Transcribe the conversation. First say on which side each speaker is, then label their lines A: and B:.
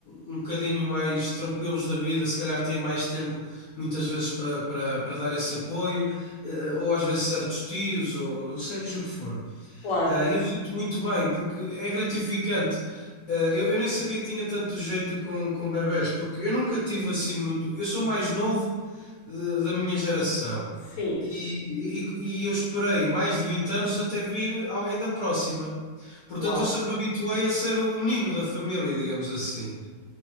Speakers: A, on the left; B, on the left.
A: um bocadinho mais tranquilos da vida, se calhar têm mais tempo muitas vezes para, para, para dar esse apoio, eh, ou às vezes certos tios, ou seja o que for.
B: claro.
A: Ah, e eu sinto muito bem, porque é gratificante. Ah, eu, eu nem sabia que tinha tanto jeito com, com bebés, porque eu nunca tive assim muito. Eu sou o mais novo, eh, da minha geração
B: Sim,
A: e, e- e eu esperei mais de 20 anos até vir alguém da próxima. Portanto,
B: uau,
A: eu sempre me habituei a ser o menino da família, digamos assim.